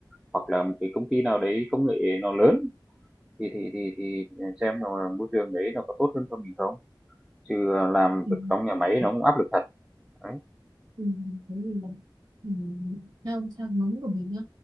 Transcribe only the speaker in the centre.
hoặc là một cái công ty nào đấy công nghệ nó lớn thì thì thì thì xem là môi trường đấy nó có tốt hơn cho mình không? Chứ làm
việc trong nhà máy nó cũng áp lực thật. Đấy.